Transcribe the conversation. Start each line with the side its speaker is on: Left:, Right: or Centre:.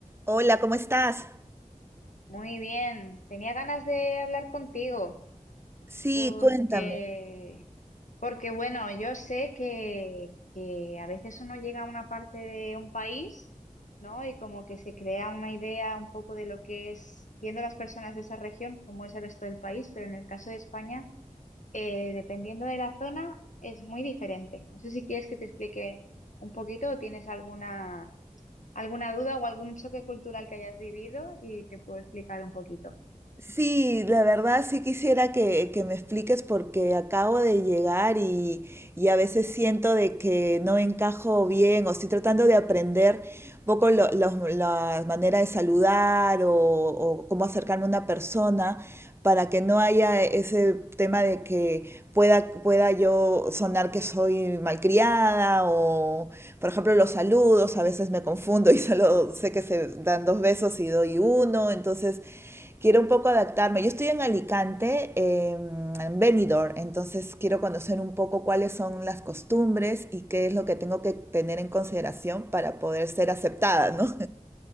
Right: Hola, ¿cómo estás?
Left: Muy bien, tenía ganas de hablar contigo
Right: Sí,
Left: porque,
Right: cuéntame.
Left: porque bueno, yo sé que, que a veces uno llega a una parte de un país, ¿no? Y como que se crea una idea un poco de lo que es, viendo las personas de esa región, cómo es el resto del país, pero en el caso de España, eh, dependiendo de la zona, es muy diferente. No sé si quieres que te explique un poquito o tienes alguna, alguna duda o algún choque cultural que hayas vivido y te puedo explicar un poquito.
Right: Sí, la verdad sí quisiera que, que me expliques porque acabo de llegar y, y a veces siento de que no encajo bien o estoy tratando de aprender un poco lo- los- la manera de saludar o, o cómo acercarme a una persona para que no haya ese tema de que pueda, pueda yo sonar que soy malcriada o, por ejemplo, los saludos, a veces me confundo y <laughs> solo sé que se dan dos besos y doy uno, entonces quiero un poco adaptarme. Yo estoy en Alicante, eh, en Benidorm, entonces quiero conocer un poco cuáles son las costumbres y qué es lo que tengo que tener en consideración para poder ser aceptada, ¿no?